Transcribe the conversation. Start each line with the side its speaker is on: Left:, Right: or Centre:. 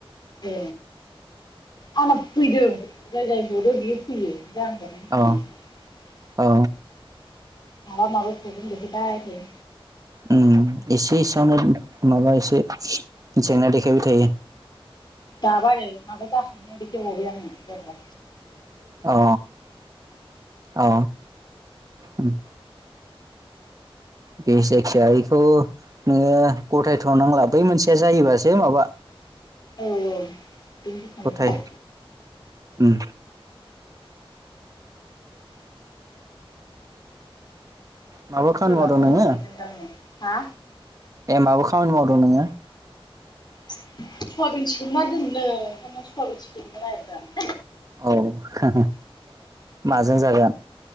Left: ए आंना फैदों जाय जाय हरो बियो फैयो <unintelligible> मालबा
Right: अ औ
Left: मालबा प्रब्लेम देखायबाय थायो
Right: उम एसे एसेयावनो माबा एसे जेंना देखायबाय थायो
Left: दाबा नै माबा जाखांनाय देखायबावबाय आङो बोरबा
Right: अ अ उम दे जायखिया बेखौ नोङो गथायथनांला बै मोनसेया जायोबासो माबा
Left: औ औ बेनोथ सानदों
Right: गथाय
Left: आं
Right: उम माबा
Left: सोरबा
Right: खामानि मावदों
Left: फन
Right: नोङो
Left: हरदेरदोंदां नै हा
Right: ए माबा खामानि मावदों नोङो
Left: सयाबिन सोमना दोननो ओंखायनो सयाबिन सोमनो नागिरदां
Right: औ <unintelligible> माजों जागोन